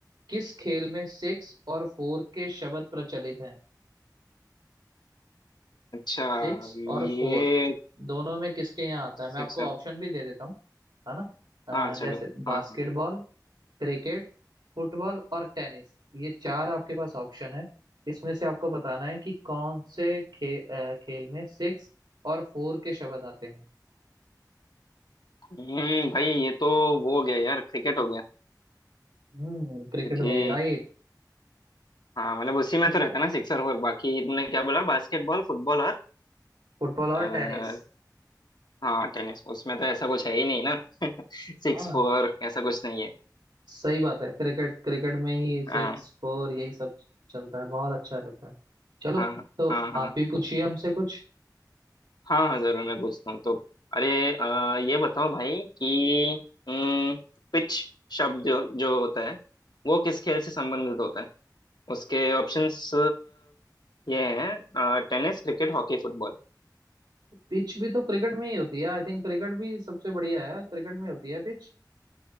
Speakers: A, on the right (about 85°); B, on the left (about 75°).
A: किस खेल में सिक्स और फोर के शब्द प्रचलित हैं
B: अच्छा
A: सिक्स
B: ये
A: और फोर दोनों में किसके यहाँ आता
B: सिक्स
A: है मैं आपको ऑप्शन भी दे देता हूँ है ना
B: हाँ चलो
A: अ, जैसे बास्केटबॉल
B: हाँ हाँ
A: क्रिकेट फुटबॉल और टेनिस ये चार आपके पास ऑप्शन है इसमें से आपको बताना है कि कौन से खे, अ, खेल में सिक्स और फोर के शब्द आते हैं
B: हम्म भाई ये तो वो हो गया यार क्रिकेट हो गया
A: हम्म क्रिकेट
B: क्योंकि
A: में राइट
B: हाँ मतलब उसी में तो रहता है ना सिक्स और फोर बाकी तुमने क्या बोला बास्केटबॉल फुटबॉल और
A: फुटबॉल और
B: आ,
A: टेनिस
B: हाँ टेनिस उसमें तो ऐसा कुछ है ही नहीं ना <laughs> सिक्स
A: हाँ
B: फोर ऐसा कुछ नहीं है
A: सही बात है क्रिकेट क्रिकेट में ही सिक्स
B: हाँ
A: फोर यही सब चलता है बहुत अच्छा रहता है चलो
B: हाँ
A: तो
B: हाँ हाँ
A: आप भी पूछिए हमसे कुछ
B: हाँ हाँ जरूर मैं पूछता हूँ तो अरे अ, ये बताओ भाई कि हम्म, पिच शब्द जो, जो होता है वो किस खेल से संबंधित होता है उसके ऑप्शंस ये हैं टेनिस क्रिकेट हॉकी फुटबॉल
A: पिच भी तो क्रिकेट में ही होती है आई थिंक क्रिकेट भी सबसे बढ़िया है क्रिकेट में होती है पिच